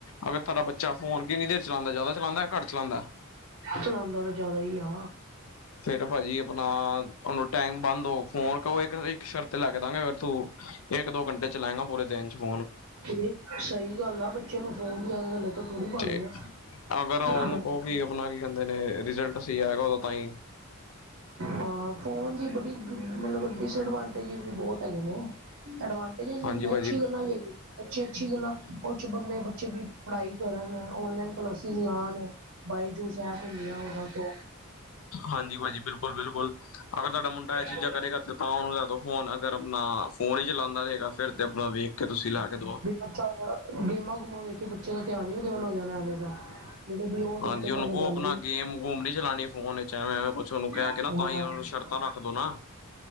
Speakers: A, on the left; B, on the right.
A: ਅਗਰ ਥਾਰਾ ਬੱਚਾ ਫੋਨ ਕਿੰਨੀ ਦੇਰ ਚਲਾਦਾ ਜਿਆਦਾ ਚਲਾਇਆ ਘੱਟ ਚਲਾਦਾ।
B: ਚਲਾਦਾ ਤਾਂ ਜ਼ਿਆਦਾ ਈ ਆ।
A: ਫੇਰ ਭਾਜੀ ਆਪਣਾ ਉਹਨੂੰ ਟਾਈਮ ਬੰਨ ਲੋ ਫੋਨ ਕਰੋ ਇੱਕ-ਇੱਕ ਸ਼ਰਤ ਤੇ ਲੱਕੇ ਦਾ ਗੇ ਅਗਰ ਤੂੰ ਇੱਕ ਦੋ ਘੰਟੇ ਚਲਾਏਗਾ ਪੂਰੇ ਦਿਨ ਚ ਫੋ
B: ਇਹ ਸਹੀ ਗੱਲ ਆ ਬੱਚੇ ਨੂੰ ਫੋਨ ਦੀ ਆਦਤ ਹੱਲੇ ਤੋਂ ਥੋੜ੍ਹੀ ਪਾਣੀ
A: ਤੇ
B: ਆ।
A: ਅਗਰ ਉਹਨੂੰ
B: ਹਾਂ
A: ਕਉ ਕੀ ਆਪਣਾ ਕੀ ਕਹਿੰਦੇ ਨੇ ਰਿਜਲਟ ਸਹੀ ਆਏਗਾ ਉਦੋਂ ਤਾਈ।
B: ਹਾਂ ਫੋਨ ਦੀ ਬੜੀ ਮਤਲਬ ਡਿਸਐਡਵਾਂਟੇਜ ਵੀ ਬਹੁਤ ਹੈਗੇ ਨੇ ਐਡਵਾਂਟੇਜ
A: ਹਾਂਜੀ ਭਾਜੀ
B: ਅੱਛੀ ਗੱਲਾਂ ਵੀ ਹੈ। ਅੱਛੀ ਅੱਛੀ ਗੱਲਾਂ ਉਹ ਚ ਬੰਦੇ ਬੱਚੇ ਦੀ ਪੜ੍ਹਾਈ ਕਰਨ ਔਨਲਾਈਨ ਕਲਾਸਿਸ ਲਾਉਣ। ਬਾਈ ਜੂਸ ਹੈ ਤੇ ਲੇ ਆਉ ਉਹਨਾਂ ਤੋਂ
A: ਹਾਂਜੀ ਭਾਜੀ ਬਿਲਕੁਲ ਬਿਲਕੁਲ ਅਗਰ ਤੁਹਾਡਾ ਮੁੰਡਾ ਇਹ
B: ਹਾਂ
A: ਚੀਜ਼ਾਂ ਕਰੇਗਾ ਤੇ ਤਾਂ ਉਹਨੂੰ ਲੈ ਦੋ। ਫੋਨ ਅਗਰ ਆਪਣਾ ਫੋਨ ਹੀ ਚਲਾਉਂਦਾ ਰਹੇਗਾ ਫੇਰ ਤੇ ਆਪਣਾ ਵੇਖ ਕੇ ਤੁਸੀਂ ਲੈ ਕੇ ਦਵੋ।
B: ਅੱਛਾ ਗੇਮਾਂ ਗੇਮਾਂ ਵੇਖ ਕੇ ਬੱਚੇ ਦਾ ਧਿਆਨ ਹੀ ਉਹਦੇ ਵੱਲ ਹੋ ਜਾਣਾ ਐਵੇਂ ਦਾ। ਜਦੋਂ ਵੀ ਉਹ ਵੇਖੇ
A: ਹਾਂਜੀ ਉਹਨੂੰ
B: ਕੱਲ
A: ਕਉ
B: ਗੱਲ
A: ਆਪਣਾ
B: ਵੀ
A: ਗੇਮ ਗੂਮ ਨੀ ਚਲਉਣੀ ਫੋਨ ਵਿੱਚ ਐਵੇਂ ਕੁਛ ਉਹਨੂੰ ਕਹਿ
B: ਹਾਂ
A: ਕੇ ਨਾ ਤਾਂ ਹੀ ਉਹਨੂੰ ਸ਼ ਸ਼ਰਤਾਂ ਰੱਖਦੋ ਨਾ।